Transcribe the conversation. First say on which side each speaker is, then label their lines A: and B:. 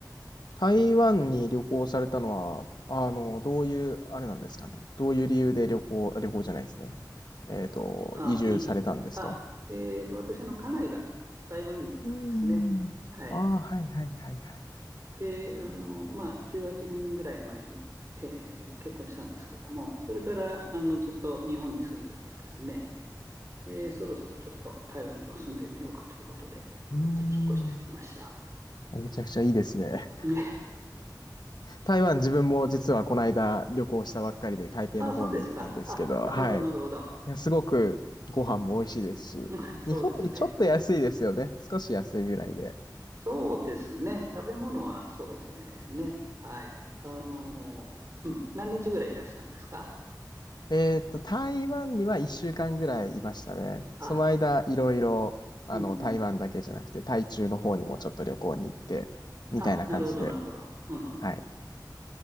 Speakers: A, on the left; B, on the right.
A: 台湾に旅行されたのは、あの、どういう、あれなんですかね。どういう理由で旅行、旅行じゃないですね。えっと、
B: あ、
A: 移住されたんですか
B: いい。あ、えっと、私の家内が台湾人なんですね。
A: うん。
B: はい。
A: ああー、はいはいはいはい。
B: で、あの、まあ、18年ぐらい前に、えー結婚したんですけども、それから、あの、ずっと日本に住んでいてですね、で、そろそろちょっと台湾にも住んでみようかということで、
A: うー
B: こっちに引っ越してきました。
A: ん。めちゃくちゃいいですね。
B: <laughs> ね。
A: 台湾自分も実はこの間旅行したばっかりで台北の方に行ったんですけど、
B: あ、そうですか。あ、なるほど、
A: はい。
B: なるほど。
A: いや、すごくご飯も美味しいですし、
B: <laughs> うんそうですね。
A: 日本よりちょっと安いですよね。少し安いぐらいで。
B: そうですね。食べ物はそうかもしれないですね。はい。あの、うん、何日ぐらいいらしたんですか
A: えーっと、台湾には1週間ぐらいいましたね。
B: あ、
A: その間、いろいろ、あの、
B: うんうん。
A: 台湾だけじゃなくて、台中の方にもちょっと旅行に行って、みたいな感じで。
B: あ、なるほど、なるほど。うんうん
A: はい。